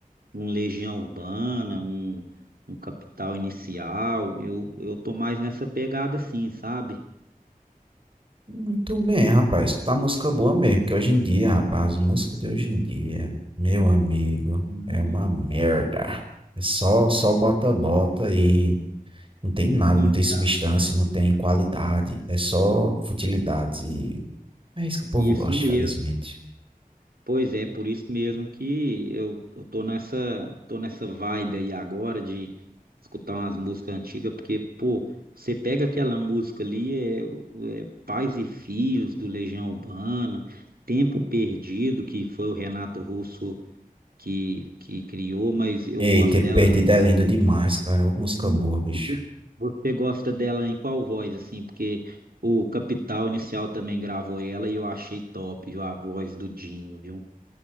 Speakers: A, on the right; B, on the right.
A: um Legião Urbana, um, um Capital Inicial. Eu, eu tô mais nessa pegada assim, sabe?
B: Muito bem, rapaz. Escutar música boa mesmo, porque hoje em dia, rapaz, as músicas de hoje em dia, meu amigo,
A: Hum,
B: é uma merda. É só, só bota-bota e Não tem nada,
A: Então,
B: não tem substância, não tem qualidade, é só futilidade. E é isso que o povo
A: isso
B: gosta,
A: mesmo.
B: infelizmente.
A: Pois é, por isso mesmo que eu, eu tô nessa, tô nessa vibe aí agora de escutar umas músicas antigas, porque, pô, você pega aquela música ali, é, é Pais e Filhos, do Legião Urbana, Tempo Perdido, que foi o Renato Russo que, que criou, mas eu
B: E
A: gosto
B: ter
A: dela
B: perdido é lindo demais, cara. Ô, música
A: Hum,
B: boa, bicho.
A: e vo- Você gosta dela em qual voz, assim? Porque o Capital Inicial também gravou ela e eu achei top, viu? A voz do Dinho, viu?